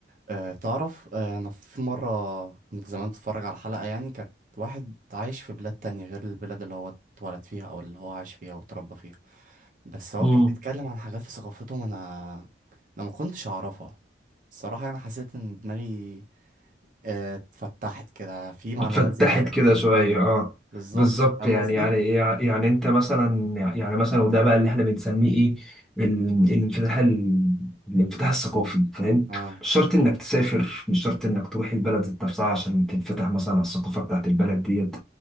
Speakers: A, on the right; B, in the centre.
A: أه تعرف أه أنا في مرة كنت زمان بتفرج على حلقة يعني كانت واحد عايش في بلاد تانية غير البلاد اللي هو اتولد فيها أو اللي هو عايش فيها وتربى فيها بس هو
B: مم.
A: كان بيتكلم عن حاجات في ثقافتهم أنا أنا ما كنتش أعرفها الصراحة أنا حسيت إن دماغي أه، اتفتحت كده في معلومات
B: اتفتحت
A: زيادة جات
B: كده
A: لها
B: شوية
A: أيوه
B: اه
A: بالظبط
B: بالظبط
A: فاهم
B: يعني
A: قصدي؟
B: يعني يعني انت مثلا يعني مثلا وده بقى اللي احنا بنسميه ايه ال- الانفتاح ال- الانفتاح الثقافي فاهم
A: اه
B: مش شرط انك تسافر مش شرط انك تروح البلد ذات نفسها عشان تنفتح مثلا على الثقافة بتاعت البلد ديت